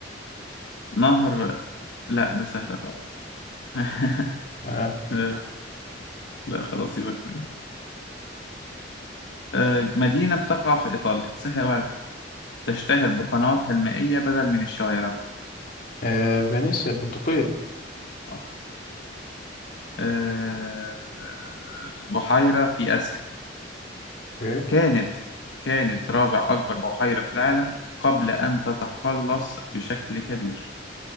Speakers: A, on the left (about 75°); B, on the left (about 50°).
A: نهر لأ ده سهل أتعرف <laughs>
B: آه.
A: آه، لا خلاص سيبك منه آه، مدينة بتقع في إيطاليا سهلة أوي على فكرة تشتهر بقنواتها المائية بدل من الشوارع
B: آه. فينيسيا البندقية
A: صح آه، بحيرة في آسيا
B: اوكي
A: كانت كانت رابع أكبر بحيرة في العالم قبل أن تتقلص بشكل كبير